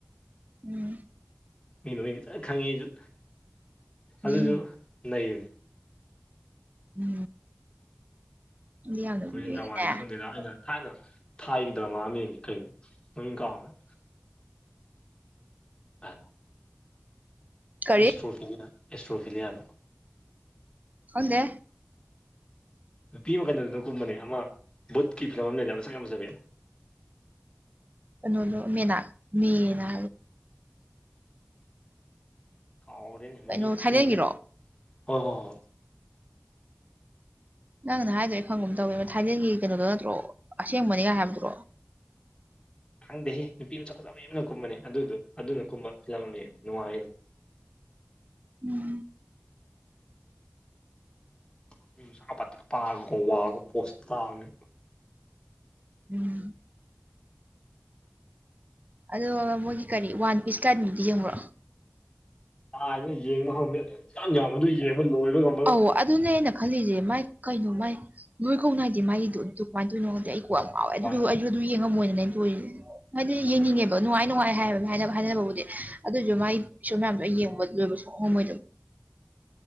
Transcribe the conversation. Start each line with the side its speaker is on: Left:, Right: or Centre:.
Right: ꯎꯝ
Left: ꯃꯤꯗꯨ ꯃꯤꯗꯤ ꯐ ꯈꯪꯉꯦ ꯑꯩꯁꯨ ꯑꯗꯨꯁꯨ
Right: ꯎꯝ
Left: ꯂꯩꯌꯦ
Right: ꯎꯝ ꯑꯗꯨꯗꯤ ꯌꯥꯝꯗꯕꯨ
Left: ꯀꯣꯔꯤꯌꯟ
Right: ꯌꯦꯒꯤꯅꯦ
Left: ꯗ꯭ꯔꯃꯥꯗꯤ ꯈꯪꯗꯦꯗ ꯑꯩꯅ ꯊꯥꯏꯅ ꯊꯥꯏꯒꯤ ꯗ꯭ꯔꯃꯥ ꯑꯃ ꯌꯦꯡ ꯀꯩꯅꯣ ꯃꯃꯤꯡ ꯀꯥꯎꯈꯔ꯭ꯦ <unintelligible>
Right: ꯀꯔꯤ
Left: ꯑꯦꯁꯇ꯭ꯔꯣꯐꯤꯂꯤꯌꯥ ꯑꯦꯁꯇ꯭ꯔꯣꯐꯤꯂꯤꯌꯥꯗꯣ
Right: ꯍꯪꯗꯦ
Left: ꯅꯨꯄꯤ ꯑꯃꯈꯟꯗ ꯑꯗꯨꯅ ꯀꯨꯝꯕꯅꯦ ꯑꯃ ꯕꯨꯠꯀꯤ ꯐꯤꯂꯝ ꯑꯃ ꯂꯩꯗ ꯃꯆꯥ ꯌꯥꯝ ꯃꯆꯥꯄꯕꯤ
Right: ꯀꯅꯣꯂꯣ ꯃꯅꯥ ꯃꯤꯔ
Left: ꯀꯥꯎꯔꯦꯅꯦ ꯃꯃꯤꯡ
Right: ꯀꯩꯅꯣ
Left: ꯅꯨꯄꯤ
Right: ꯊꯥꯏꯂꯦꯟꯒꯤꯔꯣ
Left: ꯃꯃꯤꯡ ꯍꯣꯏ ꯍꯣꯏ ꯍꯣꯏ
Right: ꯅꯪꯅ ꯍꯥꯏꯗ꯭ꯔꯣ ꯑꯩ ꯐꯪꯕ ꯑꯃ ꯇꯧꯋꯦꯕ ꯊꯥꯏꯂꯦꯟꯒꯤ ꯀꯩꯅꯣꯗꯣ ꯅꯠꯇ꯭ꯔꯣ ꯑꯁꯦꯡꯕꯅꯤꯒꯥꯏ ꯍꯥꯏꯕꯗꯨ꯭ꯔꯣ
Left: ꯍꯪꯗꯦꯍ ꯅꯨꯄꯤ ꯃꯆꯥꯆꯥꯥꯕ ꯌꯥꯝꯅ ꯀꯨꯝꯕꯅꯦ ꯑꯗꯨꯗꯨ ꯑꯗꯨꯅ ꯀꯨꯝꯕ ꯐꯤꯂꯝ ꯑꯃ ꯌꯥꯝ ꯅꯨꯡꯉꯥꯏꯗꯣ
Right: ꯎꯝ
Left: ꯅꯨꯄꯤ ꯃꯁꯥ ꯄꯥꯇꯔꯤꯛ ꯄꯥꯔ ꯋꯥꯡꯉ ꯄꫭꯁꯇꯤ ꯇꯥꯕꯅꯤ
Right: ꯎꯝ ꯑꯗꯨꯒ ꯃꯣꯏꯒꯤ ꯀꯔꯤ ꯋꯥꯟ ꯄꯤꯁ ꯀꯅꯤꯗꯤ ꯌꯦꯡꯕ꯭ꯔꯣ
Left: ꯀꯅ ꯌꯦꯡꯕ ꯉꯝꯃꯦ ꯑꯗꯨ ꯆꯥꯡ ꯌꯥꯝꯕꯗꯨ ꯌꯦꯡꯕ ꯂꯣꯏꯕ ꯉ
Right: ꯑꯧ ꯑꯗꯨꯅꯦ ꯑꯩꯅ ꯈꯜꯂꯤꯁꯦ ꯃꯥꯏ ꯀꯩꯅꯣ ꯃꯥꯏ ꯅꯣꯏ ꯀꯧꯅ ꯍꯥꯏꯗꯤ ꯃꯥꯒꯤꯗꯣ ꯑꯗꯨ ꯀꯃꯥꯏꯅ ꯇꯧꯅꯣꯗꯤ ꯑꯩ ꯌꯥꯝ ꯉꯥꯎꯋꯦ ꯑꯗꯨ
Left: ꯋꯥꯟ ꯊꯥꯎꯖꯟ
Right: ꯑꯩꯁꯨ ꯑꯗꯨꯝ ꯌꯦꯡꯉꯝꯃꯣꯏꯅꯅꯦ ꯑꯩꯅ ꯇꯣꯏꯔꯤꯁꯦ ꯍꯥꯏꯗꯤ ꯌꯦꯡꯅꯤꯡꯉꯦꯕ ꯅꯨꯡꯉꯥꯏ ꯅꯨꯡꯉꯥꯏ ꯍꯥꯏꯕ ꯍꯥꯏꯅꯕꯕꯨꯗꯤ ꯑꯗꯨꯁꯨ ꯃꯥꯏ ꯄꯁꯨ ꯃꯌꯥꯝꯗꯣ ꯑꯩ ꯌꯦꯡꯕ ꯂꯣꯏꯕꯁꯨꯣꯛꯍꯝꯃꯣꯏꯗ